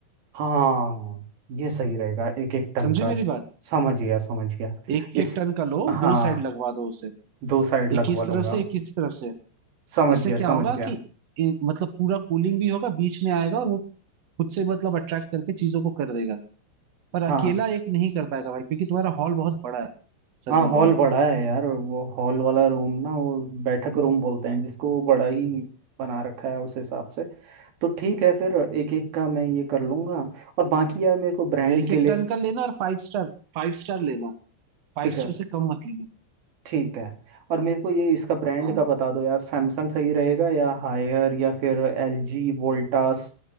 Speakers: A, on the right; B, on the right.
A: हाँ ये सही रहेगा एक एक टन
B: समझे
A: का
B: मेरी बात
A: समझ गया समझ गया
B: एक
A: इस
B: एक टन का लो
A: हाँ
B: दो साइड लगवा दो उसे
A: दो साइड लगवा
B: एक इस
A: लूंगा
B: तरफ से एक इस तरफ से
A: समझ
B: इससे
A: गया
B: क्या
A: समझ
B: होगा
A: गया
B: कि इ- मतलब पूरा कूलिंग भी होगा बीच में आएगा और वो खुद से मतलब अट्रैक्ट करके चीजों को कर देगा पर
A: हाँ
B: अकेला एक नहीं कर पाएगा भाई क्योंकि तुम्हारा हॉल बहुत बड़ा है सच
A: हाँ
B: बताओ
A: हॉल बड़ा
B: तो
A: है यार वो हॉल वाला रूम ना वो बैठक रूम बोलते हैं जिसको वो बड़ा ही बना रखा है उस हिसाब से तो ठीक है फिर एक एक का मैं ये कर लूंगा और बाकी यार मेरे को ब्रांड
B: और एक
A: के
B: एक
A: लिए
B: टन का लेना और फाइव स्टार फाइव स्टार लेना फाइव
A: ठीक है
B: स्टार से कम मत लेना
A: ठीक है और मेरे को ये इसका ब्रांड
B: हाँ
A: का बता दो यार सैमसंग सही रहेगा या हायर या फिर एलजी वोल्टास